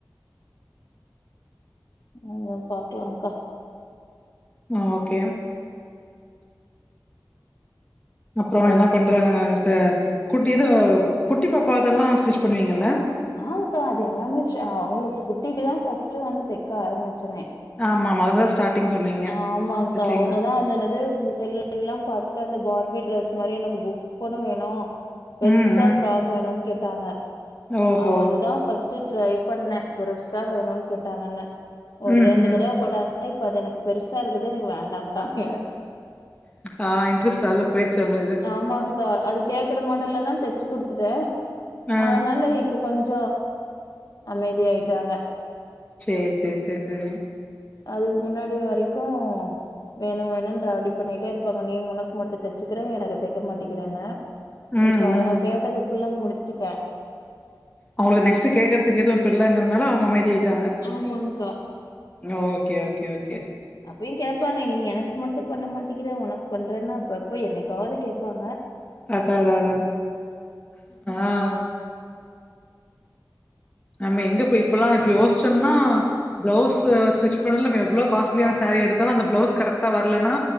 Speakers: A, on the left; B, on the left.
A: ஆ பாக்கலாங்கா
B: ஆ ஓகே அப்புறம்
A: ஏ
B: என்ன பண்றாங்க த குட்டி இதோ குட்டிப் பாப்பா இதெல்லா ஸ்டிச் பண்ணுவீங்கல்ல
A: ஆன்க்கா அது எல்லாமே அவுங்களுக்கு குட்டிக்குதான் ஃபஸ்ட்டு வந்து தக்க ஆரம்பிச்சதே
B: ஆமாமா அதுதா ஸ்டார்டிங் சொன்னீங்க
A: ஆமாக்கா
B: ஸ்டிச்சிங்ல
A: அவுங்கதான் அந்தனது இந்த செல்ல எல்லா பாத்துட்டு அந்த பார்பி ட்ரெஸ் மாரி எனக்கு புஃப்ன்னு வேணு பெருசா
B: ம் ம்
A: ப்ஃராக் வேணுனு கேட்டாங்க
B: ஓஹோ
A: அதுதான் ஃபர்ஸ்ட்டு ட்ரை பண்ணே பெருசா வேணும்ன்னு கேட்டாங்கன்னு ஒரு
B: ம்
A: ரெண்டு
B: ம்
A: தடவ போட்டாங்க இப்ப அது எனக்கு பெருசா இருக்குது எனக்கு வேண்டான்ட்டாங்க
B: ஆ இன்ட்ரெஸ்ட் அதுல போயிருச்சு உங்களுக்கு
A: ஆமான்க்கா அது கேக்ற மாடல்ல எல்லா தச்சுக் கொடுத்து கொடுத்துட்டே
B: ஆ
A: அதனால இப்ப கொஞ்ச அமைதியாயிட்டாங்க
B: சேரி சேரி சரி சரி
A: அதுக்கு முன்னாடி வரைக்கு வேணும் வேணும்ன்ற அப்டி பண்ணிட்டே இருப்பாங்க நீ உனக்கு மட்டும் தச்சுக்கற எனக்கு தக்க மாட்டேக்கிறன
B: ம்
A: இப்ப அவங்க
B: ம்
A: கேட்டது ஃபுல்ல முடிச்சிட்டே
B: அவுங்களுக்கு நெக்ஸ்ட் கேக்கறதுக்கு எதுவும் இல்லங் கிறதுனால அவுங்க அமைதி ஆயிட்டாங்க
A: ஆமாங்க்கா
B: ஓ ஓகே ஓகே ஓகே
A: அப்யும் கேட்பாங்க நீ எனக்கு மட்டும் பண்ண மாட்டேங்கிற உனக்கு பண்றேன்னா அப்பப்ப எப்ப என்னைக்காவது கேட்பாங்க
B: அத அத அதான் ஆ ஆ நம்ம எங்க போய் இப்பல்லா இப்ப யோசிச்சோம்னா பிளவுஸ் ஸ்டிச் பண்றது நம்ம எவ்ளோ காஸ்ட்லியான சாரீ எடுத்தாலு அந்த பிளவுஸ் கரெக்டா வரலனா